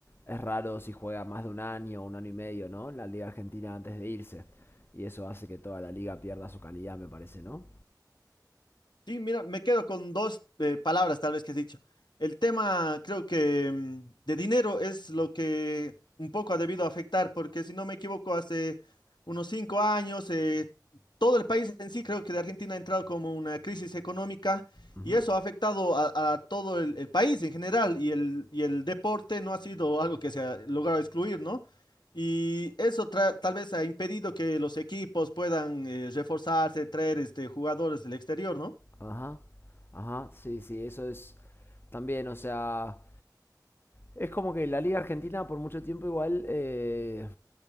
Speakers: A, on the left; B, on the left.
A: es raro si juega más de un año o un año y medio, ¿no? En la Liga Argentina antes de irse. Y eso hace que toda la liga pierda su calidad, me parece, ¿no?
B: Sí, mira, me quedo con dos eh, palabras tal vez que has dicho. El tema, creo que mm, de dinero es lo que un poco ha debido afectar, porque si no me equivoco, hace unos cinco años, eh, todo el país en sí, creo que de Argentina ha entrado como una crisis económica
A: Ujú.
B: y eso ha afectado a, a todo el, el país en general y el, y el deporte no ha sido algo que se ha logrado excluir, ¿no? Y eso tra- tal vez ha impedido que los equipos puedan eh, reforzarse, traer este, jugadores del exterior, ¿no?
A: Ajá, ajá, sí, sí, eso es también, o sea, es como que la Liga Argentina por mucho tiempo igual, eh,